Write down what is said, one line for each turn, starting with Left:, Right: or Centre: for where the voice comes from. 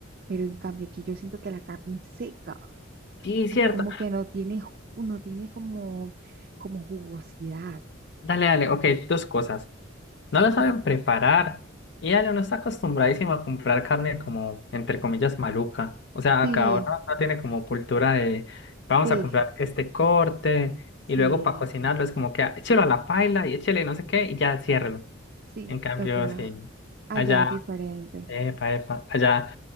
Right: Pero en cambio aquí yo siento que la carne es seca.
Left: Sí,
Right: sea,
Left: cierto.
Right: como que no tiene, ju- no tiene como, como jugosidad.
Left: Dale, dale, ok, dos cosas. No la saben
Right: Ujú.
Left: preparar. Y Ale no está acostumbradísimo a comprar carne como, entre comillas, maluca. O sea,
Right: Sí,
Left: acá ahora no tiene como cultura de vamos
Right: sí,
Left: a comprar este corte y
Right: sí,
Left: luego para cocinarlo es como que "Ah, échelo a la paila y échele no sé qué y ya ciérrelo.
Right: sí,
Left: En cambio,
Right: es verdad.
Left: sí,
Right: Allá
Left: allá,
Right: es diferente.
Left: epa, epa, allá